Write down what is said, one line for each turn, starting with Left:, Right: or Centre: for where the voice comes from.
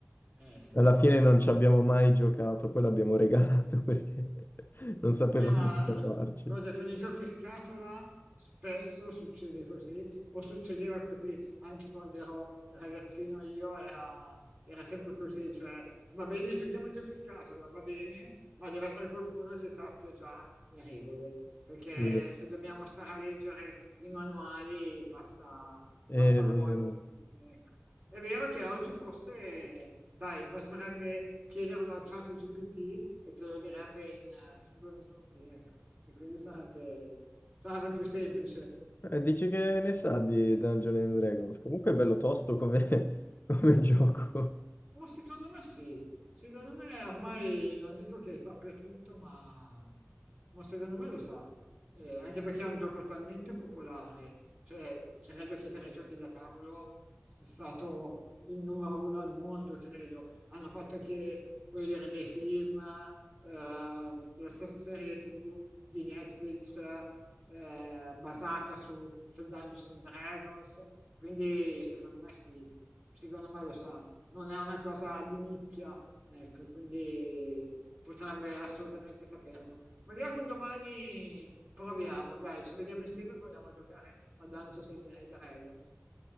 Right: Eh sì,
Left: Alla fine non ci abbiamo mai giocato, poi l'abbiamo regalato <laughs> perché non sapevamo
Right: eh, ma
Left: cosa farci.
Right: guarda, con i giochi scatola spesso succede così, o succedeva così anche quando ero ragazzino io, era, era sempre così, cioè va bene, giochiamo ai giochi scatola, va bene, ma deve essere qualcuno che sappia già le regole, perché
Left: Sì,
Right: se dobbiamo stare a leggere i manuali passa,
Left: è
Right: passa la
Left: vero.
Right: voglia a tutti, ecco. È vero che oggi forse, sai, basterebbe chiederlo a ChatGPT e te lo direbbe in, eh, in due minuti, ecco, e quindi sarebbe, sarebbe più semplice.
Left: Eh, dici che ne sa di Dungeons and Dragons? Comunque è bello tosto come, <laughs> come gioco.
Right: Ma secondo me sì, secondo me ormai non dico che sappia tutto, ma, ma secondo me lo sa, Eh, anche perché è un gioco talmente popolare, cioè credo che tra i giochi da tavolo sia stato il numero uno al mondo, credo. Hanno fatto che, voglio dire, dei film, eh, la stessa serie TV di Netflix eh, basata su, su Dungeons and Dragons, quindi secondo me sì, secondo me lo sa non è una cosa di nicchia, ecco, quindi potrebbe assolutamente saperlo. Magari un domani proviamo, dai, ci vediamo insieme e proviamo a giocare a Dungeons and Dragons.